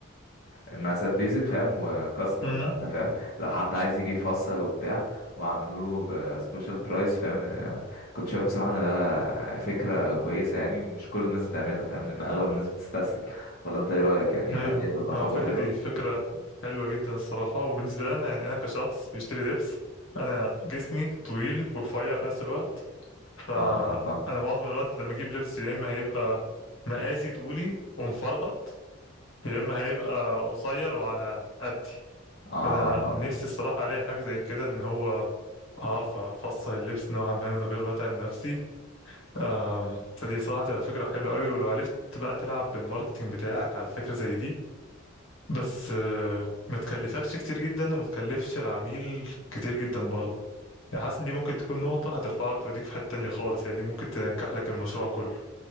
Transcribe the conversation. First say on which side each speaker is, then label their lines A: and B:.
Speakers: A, on the left; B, on the left.
A: المقاسات بيزك فاهم وكاستم
B: مم.
A: بقى انت فاهم لو حد عايز يجي يفصل وبتاع وعامله له بسبيشال برايس فاهم آه، كنت شايف بصراحة ان ده فكرة كويسة يعني ومش كل الناس بتعملها فاهم لان اغلب الناس بتستسهل ولا انت ايه رأيك يعني
B: أيوه
A: هل دي هتبقى
B: على
A: خطوة
B: فكرة
A: حلوة
B: دي فكرة حلوة جدا الصراحة وبالنسبة لنا يعني أنا كشخص بيشتري لبس أنا جسمي طويل ورفيع في نفس الوقت فانا
A: اه اه فاهم
B: معظم الوقت لما اجيب لبس يا اما هيبقى مقاسي طولي ومفرهط يا اما هيبقى قصير وعلى قدي
A: اه
B: فانا
A: اه فاهم
B: نفسي الصراحه الاقي حاجه زي كده ان هو اعرف افصل اللبس نوعا ما من غير ما اتعب نفسي أم، فدي صراحه تبقى فكره حلوه قوي ولو عرفت بقى تلعب بالماركتينج بتاعك على فكره زي دي بس أه، ما تكلفكش كتير جدا وما تكلفش العميل كتير جدا برضه يعني حاسس ان دي ممكن تكون نقطه هترفعك توديك في حته تانية خالص يعني دي ممكن تنجح لك المشروع كله